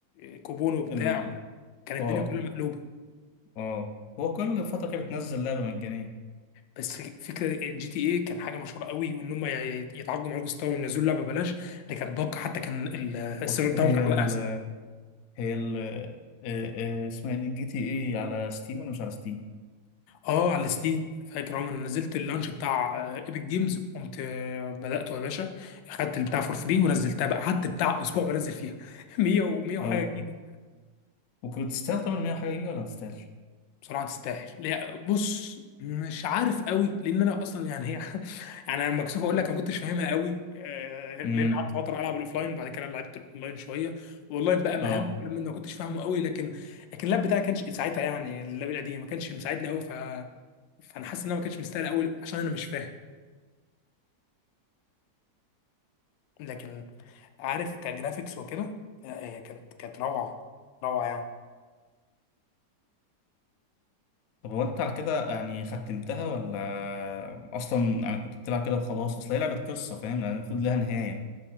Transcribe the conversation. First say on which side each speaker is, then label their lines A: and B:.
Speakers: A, on the left; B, on the left.
A: آه، كوبون وبتاع
B: ال...
A: كانت
B: اه
A: الدنيا كلها مقلوبه
B: اه هو كل فترة كده بتنزل لعبة مجانية
A: بس فكره الجي تي ايه كان حاجه مشهوره قوي وان هم ي- ي- يتعاقدوا مع روك ستار وينزلوا لعبه ببلاش دي كانت باقه حتى كان ال- السيرفر
B: طب
A: بتاعهم
B: هي
A: كان
B: ال
A: واقع
B: هي ال آه، آه، اسمها ايه جي تي اي على ستيم ولا مش على ستيم
A: اه على الستيم فاكر عمر أنا نزلت اللانش بتاع آه، ايبك جيمز قمت آه، بداته يا باشا خدت البتاع فور فري ونزلتها بقى قعدت بتاع اسبوع بنزل فيها <laughs> 100 و100 وحاجه
B: اه
A: جيجا.
B: وكنت تستاهل طبعا 100 حاجة دي ولا ما تستاهلش؟
A: بصراحه تستاهل لا، بص مش عارف قوي لان انا اصلا يعني هي <laughs> يعني انا مكسوف اقول لك انا ما كنتش فاهمها قوي آه، لان
B: امم
A: قعدت فتره العب الاوفلاين بعد كده لعبت الاونلاين شويه والاونلاين بقى مهم
B: اه
A: لما انا ما كنتش فاهمه قوي لكن لكن اللاب بتاعي كانش ساعتها يعني اللاب القديم ما كانش مساعدني قوي ف... فانا حاسس ان انا ما كانش مستاهل قوي عشان انا مش فاهم لكن عارف كجرافيكس وكده لا، هي كانت كانت روعه روعه يعني
B: طب هو انت على كده يعني ختمتها ولا اصلا يعني كنت بتلعب كده وخلاص اصل هي لعبة قصة فاهم يعني المفروض لها نهاية